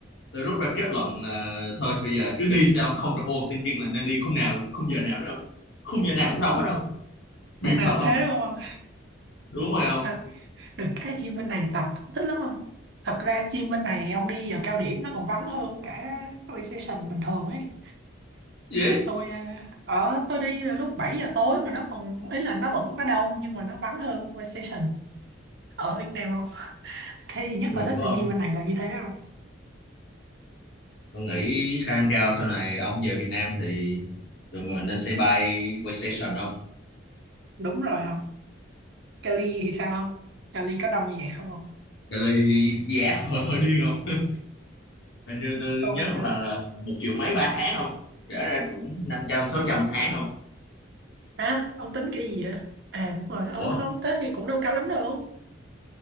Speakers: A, on the left; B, on the right.
A: tôi rút ra kết luận là thôi bây giờ cứ đi thôi ông không được overthinking là nên đi khung nào khung giờ nào đó không khung giờ nào cũng đâu hết đâu biệt
B: hôm nào
A: thật
B: cũng
A: không
B: thế đúng không
A: đúng rồi không
B: thật được cái gym bên này tập thích lắm không thật ra gym bên này ông đi giờ cao điểm nó còn vắng hơn cả recession bình thường ấy
A: gì
B: tôi à, ở tôi đi là lúc 7 giờ tối mà nó còn ý là nó vẫn nó đông nhưng mà nó vắng hơn recession ở Việt Nam không cái duy nhất
A: biệt
B: tôi thích
A: phải
B: ở
A: không
B: gym bên này là như thế không
A: tôi nghĩ khả năng cao sau này ông về Việt Nam thì tụi mình nên xây bay Waystation không
B: đúng rồi không Cali thì sao không Cali có đông như vậy không không
A: cái ly giá <laughs> hơi hơi điên không Hình như tôi
B: tôi
A: nhớ không
B: à,
A: lầm là một triệu mấy ba tháng không? Kể ra cũng năm trăm sáu trăm tháng không?
B: Hả? Ông tính cái gì vậy? À đúng rồi, ờ
A: Ủa,
B: không, thế thì cũng đâu cao lắm đâu.